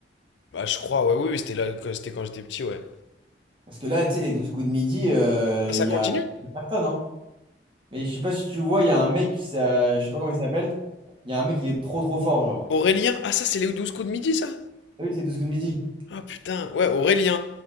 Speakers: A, on the left; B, on the right.
A: Bah, je crois, ouais, oui, oui, c'était là, que- c'était quand j'étais petit, ouais.
B: Parce que là, tu sais, les douze coups de midi, euh,
A: Ah, ça
B: il y
A: continue?
B: a c'est personne, hein. Mais je sais pas si tu vois, il y a un mec, qui s'a- je sais pas comment il s'appelle, il y a un mec, il est trop trop fort, genre.
A: Aurélien? Ah, ça, c'est les 12 coups de midi, ça?
B: Ah Oui, c'est 12 coups de midi.
A: Ah, putain, ouais, Aurélien.